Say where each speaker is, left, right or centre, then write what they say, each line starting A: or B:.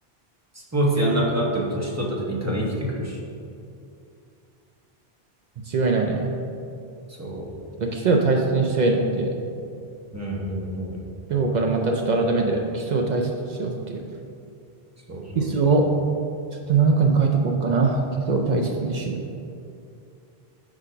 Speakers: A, on the right; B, on the right.
A: スポーツやんなくなっても年取った時に多分生きてくるし。
B: 間違いないね。
A: そ
B: ちょっと基礎を大切にしたいねっていう。
A: う。うんうんうん。
B: 今日からまたちょっと改めて基礎を大切にしようっていう。
A: そうそうそ
B: 基礎をちょっと何かに書いとこうかな。基礎を大切にしよう。